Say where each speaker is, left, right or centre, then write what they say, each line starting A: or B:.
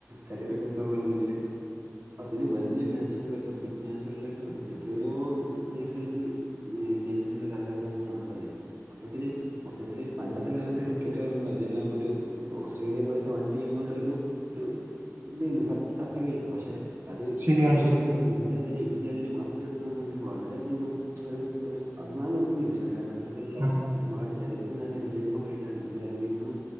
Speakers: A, on the right; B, on the right.
A: കരിയർ <unintelligible> അതില് വലിയ മാച്ചുകളിലൊക്കെ ബിഗ് മാച്ചുകളിലൊക്കെ എത്രയോ നൈസായിട്ട് ജയിച്ചിട്ടുള്ള കഥകളൊക്കെ നമുക്ക് കാണാൻ സാധിക്കും മൊത്തത്തിൽ മൊത്തത്തിൽ പണ്ടത്തെ കാലത്ത് ക്രിക്കറ്റ് പറയുമ്പോൾ അതെല്ലാം ഒരു ഓസ്ട്രേലിയ പോലെത്തെ വൻ ടീമുകളുടെ ഒരു ഒരു ഇതേനു തട്ട് തട്ടകയായിരുന്നു പക്ഷെ അത്
B: ശരിയാണ്
A: പതിയെ
B: ശരി
A: പതിയ ല്ല് <unintelligible> ഇന്ത്യഅതി ല്ല് മറിച്ചെടുത്തതോട്കൂടി വളരെയധികം ഒരു ഒരു അഭിമാനം തോന്നുന്ന നിമിഷമാണ് കാരണം അത്തരത്തില്ള്ള
B: ഉം.
A: ഒരുപാട് ചരിത്ര നേട്ട വിജയങ്ങളുമായിട്ടാണ് ഇന്ത്യ ഇന്നും